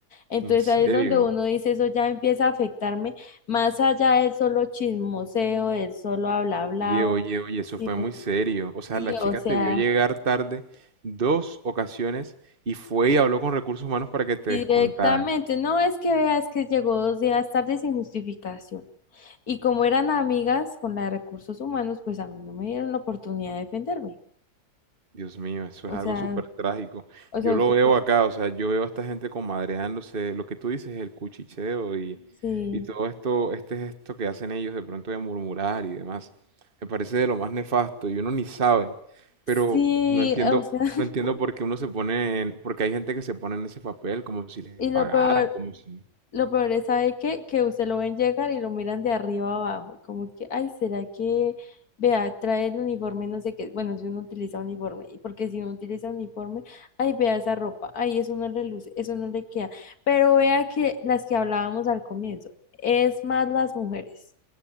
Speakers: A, on the left (about 65°); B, on the right (about 35°).
A: Entonces
B: En serio.
A: ahí es donde uno dice, eso ya empieza a afectarme, más allá del solo chismoseo, del solo habla hablao,
B: Oye, oye, oye, eso
A: sino,
B: fue muy serio. O sea,
A: sí,
B: la chica
A: o sea,
B: te vio llegar tarde dos ocasiones y fue y habló con recursos humanos para que te
A: directamente,
B: descontaran.
A: no es que vea, es que llegó dos días tarde sin justificación. Y como eran amigas con la de recursos humanos, pues a mí no me dieron la oportunidad de defenderme.
B: Dios mío, eso
A: O
B: es algo
A: sea,
B: súper trágico.
A: o
B: Yo
A: sea,
B: lo
A: usted,
B: veo acá, o sea, yo veo a esta gente comadreándose, lo que tú dices es el cuchicheo y,
A: sí,
B: y todo esto, este gesto que hacen ellos de pronto de murmurar y demás. Me parece de lo más nefasto y uno ni sabe, pero
A: sí,
B: no entiendo,
A: o sea, <laughs>
B: no entiendo por qué uno se pone en, porque hay gente que se pone en ese papel como si les
A: y
B: pagaran,
A: lo peor.
B: como si...
A: Lo peor es, ¿sabe qué? Que usted lo ven llegar y lo miran de arriba abajo. Y como que, ay, ¿será que, vea, trae el uniforme, no sé qué? Bueno, si uno utiliza uniforme. Y porque si no utiliza uniforme, ay, vea esa ropa. Ay, eso no le luce, eso no le queda. Pero vea que las que hablábamos al comienzo, es más las mujeres.